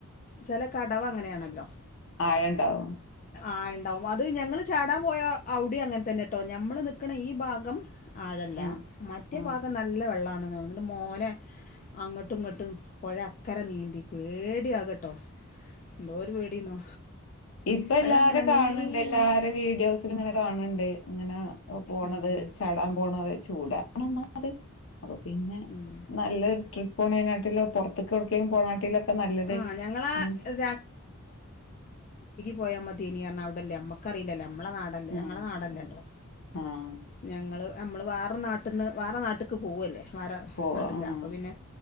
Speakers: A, on the left (about 35°); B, on the left (about 65°).
A: ചെല കടവങ്ങനേണല്ലോ
B: ആഴണ്ടാവും
A: ആയണ്ടാവും അത് ഞങ്ങള് ചാടാൻ പോയ അവ്ടിം അങ്ങൻതന്നെട്ടോ ഞമ്മള് നിക്ക്ണ ഈ ഭാഗം ആഴല്ല
B: ഉം
A: മറ്റേ
B: ഉം
A: ഭാഗം നല്ല വെള്ളാ ണ് ന്ന്ട്ട് മോനെ അങ്ങട്ടും ഇങ്ങട്ടും പൊഴ അക്കര നീന്തി പേട്യാ കട്ടോ ന്തോര് പേടിന്നോ
B: ഇപ്പൊ
A: വെള്ളം
B: എല്ലാരും
A: ഇങ്ങനെ
B: കാൺണ്
A: നീല
B: ണ്ട് എല്ലാരെ വീഡിയോസ് ല്ങ്ങനെ കാൺണ് ണ്ട് ഇങ്ങനാ ഒ പോണത്
A: ഉം
B: ചാടാൻ പോണത് ചൂടാ ത് അപ്പൊ പിന്നെ
A: ഉം
B: നല്ല ട്രിപ്പ് പോണേനാട്ടിലും പൊർത്ത്ക്കാെട്ക്കേം പോണാട്ടീലൊക്കെ നല്ലത്
A: ആഹ് ഞങ്ങളാ
B: ഞ
A: നല്ലത്. പോയാ മതിനി അർഞ്ഞ അവിടെല്ലേ അമ്മക്കറിലല്ലോ അമ് മ്മളെ നാടല്ലേ
B: ആഹ്
A: ഞങ്ങളെ നാടല്ലല്ലോ
B: ആഹ് ആഹ്
A: ഞങ്ങള് നമ്മള് വേറെ നാട്ടിന്ന് വേറെ നാട്ടിക്ക് പോവല്ലേ വേറ
B: പോവാ
A: നാട്ട്ക്ക്
B: ആഹ്
A: അപ്പൊ പിന്നെ